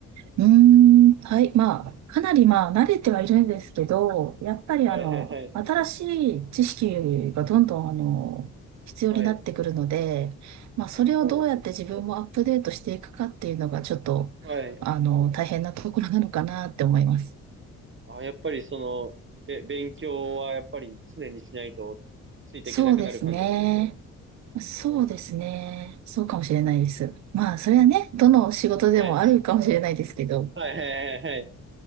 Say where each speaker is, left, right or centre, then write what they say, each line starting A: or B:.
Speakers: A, on the right; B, on the right.
A: うーん、はい、まあ、かなりまあ、慣れてはいるんですけど、やっぱりあの、
B: はいはいはい。
A: 新しい知識がどんどんあの、必要になってくるので、
B: はい。
A: まあ、それをどうやって自分もアップデートしていくかっていうのが、
B: あ、そうなんですね。
A: ちょっと、
B: はい。
A: あの、大変なところなのかなって思います。
B: あ、やっぱりその、え、勉強はやっぱり常にしないとついていけなくなる感じなんですか
A: そうですね。そうですね。
B: おー
A: そうかもしれないです。まあ、それはね、どの仕事でもあるかもしれないですけど、
B: はい。はいはいはいはい。